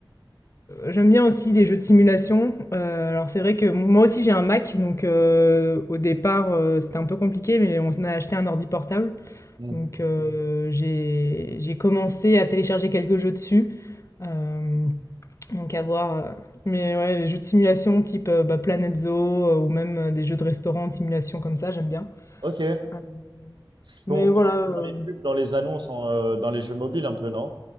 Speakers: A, on the left; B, on the right.
A: J'aime bien aussi les jeux de simulation. Euh, alors c'est vrai que moi aussi j'ai un Mac, donc euh, au départ euh, c'était un peu compliqué, mais on a acheté un ordi portable.
B: Mm.
A: Donc euh, j'ai j'ai commencé à télécharger quelques jeux dessus. Euh, donc à voir. euh, Mais ouais, les jeux de simulation type euh, bah, Planet Zoo euh, ou même euh, des jeux de restaurant de simulation comme ça, j'aime bien.
B: Ok.
A: Euh,
B: Ce qu'on
A: Mais
B: voit
A: voilà, euh,
B: dans les pubs, dans les annonces, en, euh, dans les jeux mobiles un peu, non?